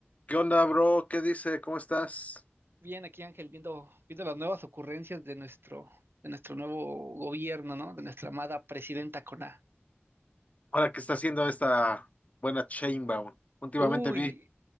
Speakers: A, on the left (about 35°); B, on the right (about 60°).
A: ¿Qué onda, bro? ¿Qué dice? ¿Cómo estás?
B: Bien, aquí Ángel, viendo, viendo las nuevas ocurrencias de nuestro, de nuestro nuevo gobierno, ¿no? De nuestra amada presidenta con A.
A: Ahora que está haciendo esta buena Chainbound. Últimamente
B: Uy,
A: vi,